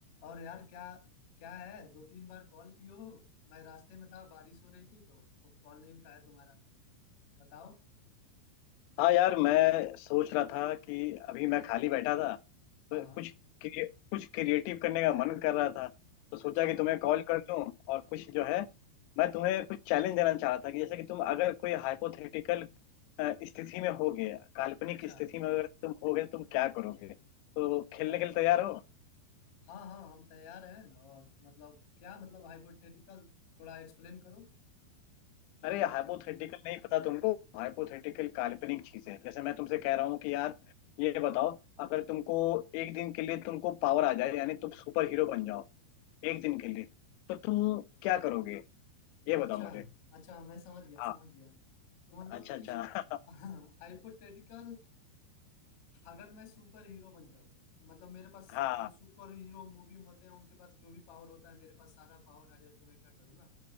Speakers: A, on the left (about 55°); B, on the left (about 85°).
A: और यार क्या क्या है दो तीन बार कॉल किए हो मैं रास्ते में था बारिश हो रही थी तो कॉल नहीं उठाया तुम्हारा बताओ
B: हाँ यार मैं सोच रहा था कि अभी मैं खाली बैठा था तो
A: हाँ
B: कुछ क्रिए, कुछ क्रिएटिव करने का मन कर रहा था तो सोचा
A: अच्छा
B: कि तुम्हें कॉल कर लूं और कुछ जो है मैं तुम्हें कुछ चैलेंज देना चाह रहा था कि जैसे कि तुम अगर कोई हाइपोथेटिकल स्थिति में होगे काल्पनिक
A: अच्छा
B: स्थिति में अगर तुम होगे तुम क्या करोगे तो खेलने के लिए तैयार हो
A: हाँ हाँ हम तैयार हैं और मतलब क्या मतलब हाइपोथेटिकल थोड़ा एक्सप्लेन करो क्या
B: अरे
A: मतलब
B: हाइपोथेटिकल नहीं पता तुमको हाइपोथेटिकल काल्पनिक चीजें जैसे मैं तुमसे कह रहा हूँ कि यार ये बताओ अगर तुमको एक दिन के लिए तुमको पावर आ जाए यानी तुम सुपर हीरो बन जाओ एक दिन के लिए तो तुम क्या करोगे ये
A: अच्छा
B: बताओ मुझे
A: अच्छा मैं समझ गया
B: हाँ
A: समझ गया तो मतलब
B: अच्छा अच्छा
A: इस <laughs> हाइपोथेटिकल अगर मैं सुपर हीरो बन जाऊं मतलब मेरे पास
B: <laughs>
A: जो
B: हाँ
A: सुपर हीरो मूवी में होते हैं उनके पास जो भी पावर होता है मेरे पास सारा पावर आ जाए तो मैं क्या करूंगा